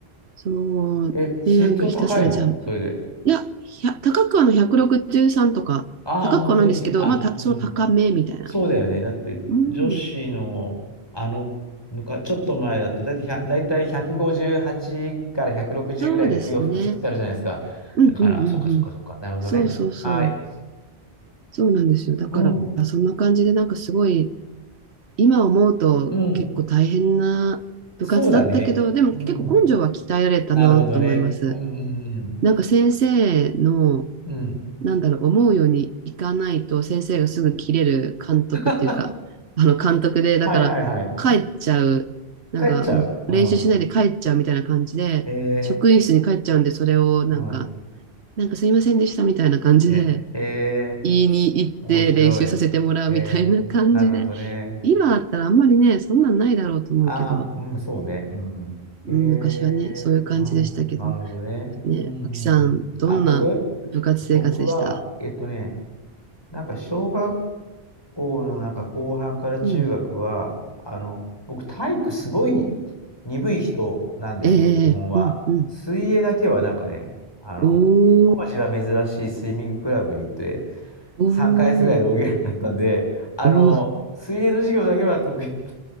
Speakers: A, on the right; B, on the left.
A: そう。
B: ー、え、
A: で、なんかひたすらジャンプ。
B: 身長高いのそれで。
A: いや、ひゃ高くはの163とか、
B: ああ、
A: 高くはないんですけど、
B: 本当に。あ、
A: まあ、た、
B: うん。
A: その高めみたいな。
B: そうだよね。だって、
A: うん。
B: 女子の、あの、むか、ちょっと前だと、だいたい100、だいたい5 8から160ぐらいで洋服作ってあるじゃないですか。
A: そうですね。うんうんうんうん。
B: だから、あそっかそっかそっか。なるほどね。
A: そうそうそう。
B: はい。
A: そうなんですよ。だから、
B: うん。
A: そんな感じで、なんかすごい、今思うと結構大変な部活だったけど、
B: うん。そうだね。
A: でも結構根性は鍛えられたなと思います。
B: うん。なるほどね。うんうん
A: なんか先生の、
B: うん。うん。
A: なんだろう、思うようにいかないと先生がすぐ切れる監督っていうか、
B: <laughs>
A: あの監督で、だから帰っちゃう、
B: はいはいはい。
A: なんかもう練習しないで帰っちゃうみたいな感じで、
B: 帰っちゃう。うん。えー
A: 職員室に帰っちゃうんで、それをなんか、
B: うん。
A: なんかすいませんでしたみたいな感じで、
B: ね。えー、
A: 言いに行って練習させてもらうみたいな感じで、
B: 面白い。えー、なるほどね。
A: <laughs> 今あったらあんまりね、そんなんないだろうと思うけど、
B: ああ、うん、そうね。うん。えー、
A: うん、昔はね、
B: うん、
A: そういう感じでしたけど、
B: なるほどね。
A: ね、
B: うん、う
A: あきさん、
B: ん、うん。
A: どんな部活生活でした
B: あ、僕僕は、えっとね、なんか小学校のなんか後半から中学は、
A: うん。
B: あの、僕体育すごい鈍い人なんですけど、
A: ええうんうん。
B: 基本は。水泳だけはなんかね、あの、
A: おー、
B: 当時は珍しいスイミングクラブに行って、
A: お
B: 3回月ぐらいで泳げるようになったんで、
A: ー、
B: あの、
A: おー、
B: 水泳の授業だけは得意だった。